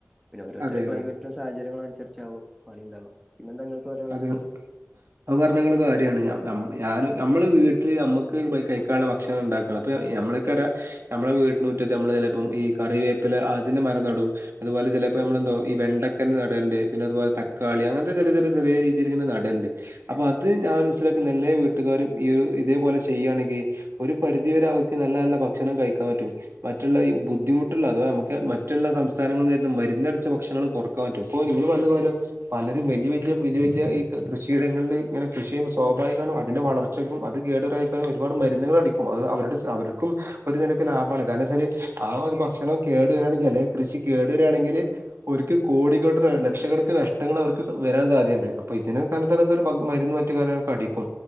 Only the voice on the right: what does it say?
അതെ അതെ
അത് അത് പർഞ്ഞെ ഇങ്ങള് കാര്യാണ് ഞം ഞം ഞാന് ഞമ്മള് വീട്ടില് അമ്മക്ക് ബൈ കയ്ക്കാള്ള ഭ ക്ഷണണ്ടാക്കണം. ഇപ്പ നമ്മൾക്കറ്യാ ഞമ്മളെ വീട്ട്നുറ്റത്ത് അമ്മള് ചെലേപ്പം ഈ കറിവേപ്പില അതിന്റെ മരം നടും. അത്പോലെ ചെലെപ്പോ നമ്മെന്താവും ഈ വെണ്ടക്കന്റെ നടേല്ണ്ട് പിന്നെ അത്പോലെ തക്കാളി അങ്ങൻത്തെ ചെല ചെ ത് ചെറ്യേ രീതിയില് ങ്ങനെ നടല്ണ്ട്. അപ്പൊ അത് ഞാൻ മൻസ്സിലാക്ക്ന്നെ എല്ലാ വീട്ട്കാരും ഈ ഒരു ഇതേപോലെ ചെയ്യാണെങ്കി ഒരു പരിധിവരെ അവക്ക് നല്ല നല്ല ഭക്ഷണം കഴിക്കാൻ പറ്റും. മറ്റുള്ള ഈ ബുദ്ധിമുട്ടുള്ള അഥവാ നമുക്ക മറ്റുള്ള സംസ്ഥാനങ്ങൾന്ന് വെര്ന്ന മര്ന്നടിച്ച ഭക്ഷണങ്ങള് കൊറ് ക്കാം പറ്റും ഇപ്പോ നിങ്ങള് പർഞ്ഞ പോരെ പലരും വെല്ല്യ വെല്ല്യ വെല്യ വെല്ല്യ ഈ ക് കൃഷിയിടങ്ങൾള് ഇങ്ങനെ കൃഷി ചെയ്യുമ്പോ സ്വാഭാവികാണ് അതിന്റെ വളർച്ചക്കും അത് കേടരാ എഹ് ഒരുപാട് മര്ന്ന്കളടിക്കും അത് അവരുടെ ച് അവര്ക്കും ഒരു നിലക്ക് ലാഭാണ് കാരണെച്ചാല് ആ ഒരു ഭക്ഷണം കേടെരാണെങ്കി അല്ലെ കൃഷി കേടെരാണെങ്കില് ഓര്ക്ക് കോടികള്ടെറെ ലക്ഷക്കണക്ക് നഷ്ടങ്ങളവർക്ക് സ് വെരാൻ സാ ധ്യണ്ട് അപ്പൊ ഇതിന് കാരണത്താലെന്തെലും <unintelligible> മര്ന്ന് മറ്റ് കാര്യൊക്കടിക്കും.